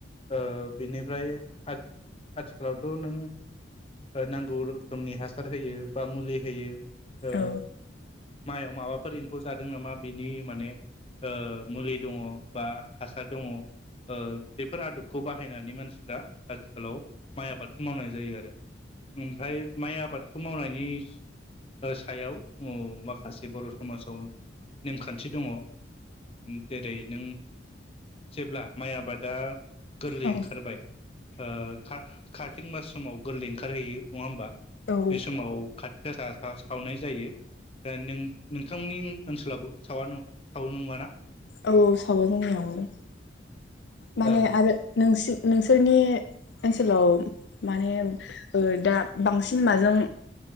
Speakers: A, on the left; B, on the left.
A: ओ बेनिफ्राय आथि-आथिखालावथ नों नांगौ रोखोमनि हासार होयो बा मुलि हो होयो ओ
B: औ
A: माइयाव माबाफोर एम्फौ जादों नामा बिनि माने ओ मुलि दङ'बा हासार दङ ओ बेफोर आदबखौ बाहायनानै मानसिफ्रा आथिखालाव माइ आबादखौ मावनाय जायो आरो ओमफाय माइ आबादखौ मावनायनि ओ सायाव औ माखासे बर' समाजाव नेमखान्थि दङ' ओ जेरै नों जेब्ला माइ आबादा गोरलै
B: औ
A: ओंखारबाय ओ का-कार्तिक मास समाव गोरलै ओंखारहैयो नङा होमबा
B: औ
A: बे समाव कात सा सावनाय जायो नों-नोंथांनि ओनसोलावबो सावा नङाना सावो नंङाना?
B: औ औ सावो जोंनावबो माने
A: औ
B: आरो नोंसो नोंसोरनि ओनसोलाव माने ओ दा बांसिन माजों